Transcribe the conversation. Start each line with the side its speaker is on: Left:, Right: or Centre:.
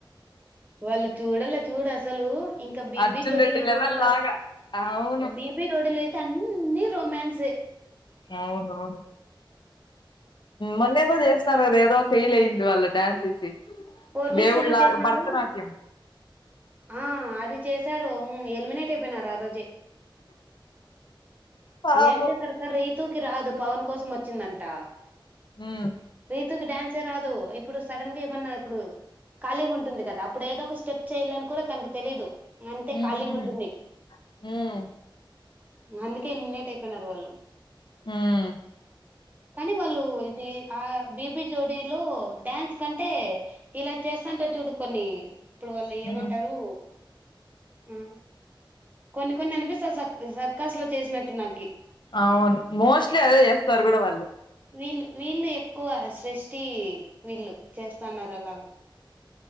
Right: వాళ్ళు చూడలా చూడు అసలు ఇంకా బీబీ
Left: 'అర్జున్
Right: జోడీలో
Left: రెడ్డి' లెవెల్
Right: చూడల్లా
Left: లాగా. అవును.
Right: బీబీ జోడిలో అయితే అన్ ఇన్నిీ రొమాన్స్ ఏ
Left: అవునవును మొన్న ఏదో చేస్తున్నారు కదా ఏదో ఫెయిల్ అయయిింది వాళ్ళ డ్యాన్స్ చేసి
Right: ఫోర్ వీక్స్
Left: దేవుళ్ళ
Right: ఏమో చేసినారు
Left: భరతనాట్యం
Right: ఆ అది చేస్ సారూ హు ఎలిమినేట్ అయిపోయినారు ఆ రోజే
Left: పాపం
Right: ఏం చేసారు అక్క రీతూ కి రాదు పవన్ కోసం వచ్చిందంట
Left: హ్మ్.
Right: రీతుకి డ్యాన్ ే రాదు ఇప్పుడు సడన్ గా ఏమన్నా ఇప్పుడు ఖాళీగా ఉంటుంది కదా అప్పుడు ఏదో ఒక స్టెప్ చేయాలని కూడా తనకి తెలిదు అంతే
Left: హ్మ్.
Right: ఖాళీగా
Left: హ్మ్.
Right: ఉంటుంది
Left: హ్మ్.
Right: అందుకే ఎలిమినేట్ అయిపోయినారు వాళ్ళు
Left: హ్మ్.
Right: కానీ వాళ్ళు ఇది ఆ బిపి జోడీలో డ్యాన్స్ కంటే ఇలా చేస్తాంట చూడు కొన్ని ఇప్పుడు వాళ్ళు
Left: హ్మ్.
Right: ఏమంటారు ఆ కొన్ని కొన్ని కనిపిస్తా సర్కస్ లో చేసినట్టు నాకి
Left: అవును మోస్ట్లీ అదే చేస్తారు కూడా వాళ్ళు
Right: వీళ్ళ వీళ్ళు ఎక్కువ శ్రేష్టి వీళ్ళు చేస్తన్నారు అలాగ